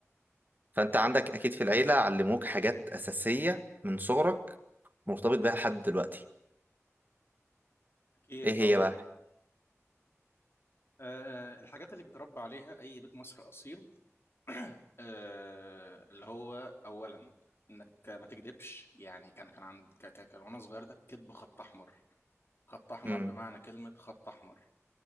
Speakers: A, on the right (about 35°); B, on the left (about 50°).
A: فانت عندك اكيد في العيلة علموك حاجات اساسية من صغرك مرتبط بيها لحد دلوقتي
B: أكيد
A: ايه
B: طبعا
A: هي بقى
B: أه الحاجات اللي بتربى عليها أي بيت مصر أصيل أه اللي هو أولا إنك ما تكذبش يعني كان كان عند ك- ك- كان وأنا صغير ده الكذب خط أحمر خط أحمر
A: مم.
B: بمعنى كلمة خط أحمر